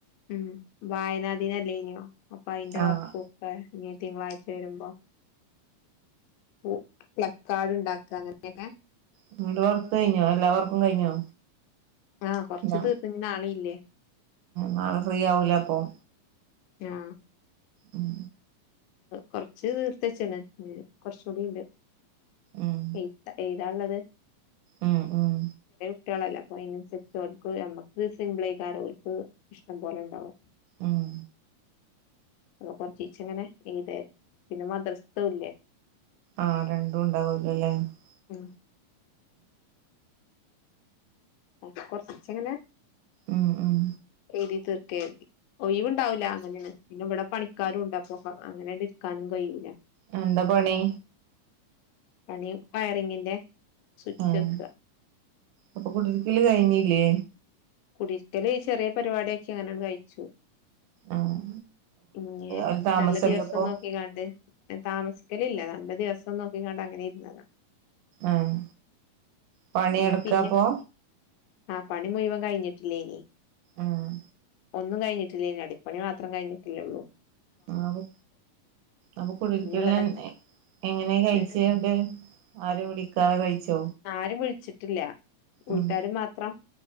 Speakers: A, on the left; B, on the right.
A: ഉം വായനാ ദിനല്ലേന്യോ അപ്പൊ അയിന്റെ
B: ആഹ്
A: വർക്കൊക്കെ <unintelligible> തിങ്കളാഴ്ച വരുമ്പം ഓ പ്ലകാഡ്ണ്ടാ ക്ക അങ്ങനെക്കെ
B: ഇങ്ങട്ട് വർക്ക് കയിഞ്ഞോ എല്ലാ വർക്കും കയിഞ്ഞോ?
A: ആഹ് കൊറച്ച്
B: നാ
A: തീർന്ന് ഇനി നാളെ ഇല്ലേ
B: നാളെ ഫ്രീ ആവൂലെ അപ്പം
A: ആ
B: ഉം
A: കൊറച്ച് തീർത്തച്ച്ണ്. കൊറച്ചൂടിണ്ട്.
B: ഉം
A: എയ്ത്ത എയ് താൻ ഇള്ളത്.
B: ഉം ഉം
A: കുട്ട്യേളല്ലേ അപ്പൊ അയിനനുസരിച്ച് ഓൽക്ക് ഞമ്മക്ക് സിമ്പിള് <unintelligible> ഓൽക്ക് ഇഷ്ട്ടംപോലെ ഇണ്ടാവും.
B: ഉം
A: അപ്പം കൊറച്ചീച്ചെ ഇങ്ങനെ എഴുതേ പിന്നെ മദ്രസ്ഥതും ഇല്ലേ
B: ആഹ് രണ്ടും <unintelligible>
A: ഉം <unintelligible> കൊറച്ചങ്ങനെ
B: ഉം ഉം
A: എഴുതി തീർ <unintelligible> ഒയിവുണ്ടാവില്ല <unintelligible> പിന്നെ ഇവിടെ പണിക്കാരും ഉണ്ട് അപ്പൊ അങ്ങനാണ്ട് ഇരിക്കാനും കയ്യൂല
B: ഉം എന്താ പണി?
A: പണി വയറിങ്ങിന്റെ സുച്ച്
B: ആഹ്
A: വെക്കാ
B: അപ്പൊ കുടിയിരിക്കല് കഴിഞ്ഞില്ലേ?
A: കുടിയിരിക്കല് ചെറിയ പരിപാടിയാക്കി അങ്ങനെയങ്ങ് കഴിച്ചു.
B: ആഹ്
A: പിന്നെ
B: അവ് താമസല്ലപ്പൊ
A: നല്ല ദിവസം നോക്കിക്കാണ്ട് താമസ നിക്കലില്ല നല്ല ദിവസം നോക്കിക്കാണ്ട് അങ്ങനെ ഇരുന്നാതാ
B: ആഹ് പണി
A: ഇനി
B: എടുക്കാപ്പോ?
A: പിന്നെ ആ പണിമുയുവൻ കയിഞ്ഞ്ട്ടില്ലേനി
B: ആഹ്
A: ഒന്നും കഴിഞ്ഞിട്ടില്ലേനി അടിപ്പണി മാത്രം കഴിഞ്ഞിട്ട്യള്ളൂ
B: ആവു അപ്പൊ കുടിൽക്കൽ
A: ഇഞ്ഞുള്ളതൊക്കെ
B: എങ്ങ് എങ്ങനേ കഴിച്ചെ
A: ഏ
B: ന്നിട്ട് ആരേം വിളിക്കാതെ കഴിച്ചോ
A: ആരും വിശച്ച് ട്ടില്ല വീട്ടാര്
B: ഉം
A: മാത്രം